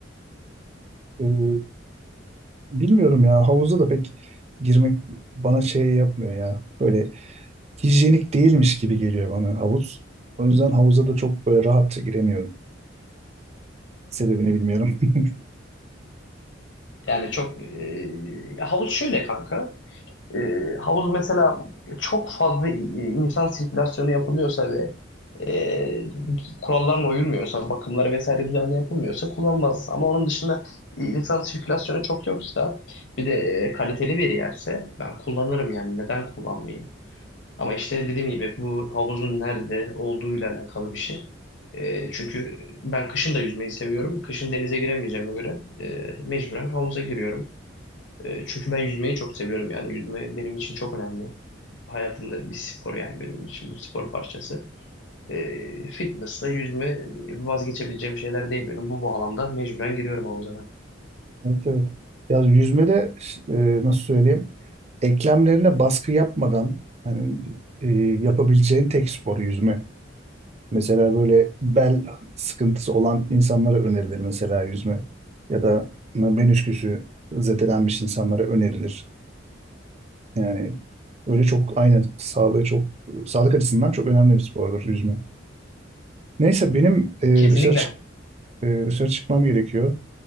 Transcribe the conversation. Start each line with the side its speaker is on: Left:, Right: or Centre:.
Right: Ee, bilmiyorum ya. Havuza da pek girmek bana şey yapmıyor ya. Böyle hijyenik değilmiş gibi geliyor bana havuz. O yüzden havuza da çok böyle rahatça giremiyorum. Sebebini bilmiyorum. <laughs>
Left: Yani çok e, havuz şöyle kanka. E, havuz mesela çok fazla insan sirkülasyonu yapılıyorsa ve e, kurallarına uyulmuyorsa, bakımları vesaire düzenli yapılmıyorsa kullanmaz. Ama onun dışında insan sirkülasyonu çok yoksa bir de e, kaliteli bir yerse ben kullanırım yani neden kullanmayayım? Ama işte dediğim gibi bu havuzun nerede olduğuyla alakalı bir şey. Ee, çünkü ben kışın da yüzmeyi seviyorum. Kışın denize giremeyeceğime göre e, mecburen havuza giriyorum. E, çünkü ben yüzmeyi çok seviyorum yani. Yüzme benim için çok önemli. Hayatımda bir spor yani benim için bu spor parçası. E, fitness'la yüzme vazgeçebileceğim şeyler değil benim. Bu bağlamda mecburen giriyorum havuza ben.
Right: Evet evet. Ya yüzmede e, nasıl söyleyeyim? eklemlerine baskı yapmadan hani e, yapabileceğin tek spor yüzme. Mesela böyle bel sıkıntısı olan insanlara önerilir mesela yüzme. Ya da menisküsü zedelenmiş insanlara önerilir. Yani öyle çok aynen sağlığı çok sağlık açısından çok önemli bir spordur yüzme. Neyse benim e,
Left: Kesinlikle.
Right: dışarı çık e, dışarı çıkmam gerekiyor